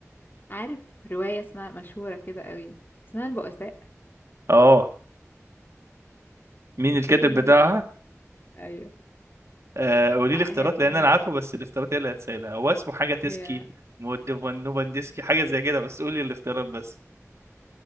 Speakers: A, on the left (about 40°); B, on the right (about 60°).
A: عارف روايه اسمها مشهوره كده قوي اسمها البؤساء
B: اه مين
A: تفتكر
B: الكاتب
A: مين
B: بتاعها
A: اللي ألفها ايوه
B: آه، قولي
A: ع-
B: لي اختيارات
A: هي
B: لان
A: هي ماشي
B: انا عارفه بس الاختيارات هي اللي هتسألها هو اسمه حاجة تسكي
A: هي
B: مودفن- نوبندسكي حاجة زي كده بس قولي الاختيارات بس